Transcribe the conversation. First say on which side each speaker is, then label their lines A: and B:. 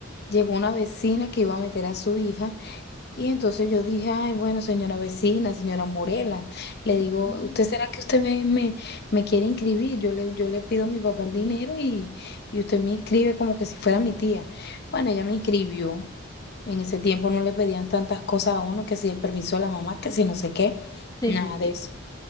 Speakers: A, on the left; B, on the left.
A: llegó una vecina que iba a meter a su hija y entonces yo dije, ay, bueno, señora vecina, señora Morela, le digo,
B: Ujú.
A: ¿usted será que usted me, me, me quiere inscribir? Yo le, yo le pido a mi papá el dinero y, y usted me inscribe como que si fuera mi tía. Bueno, ella me inscribió. En ese tiempo no le pedían tantas cosas a uno, que si el permiso de la mamá, que si no sé qué,
B: Sí,
A: nada
B: sí,
A: de
B: sí.
A: eso.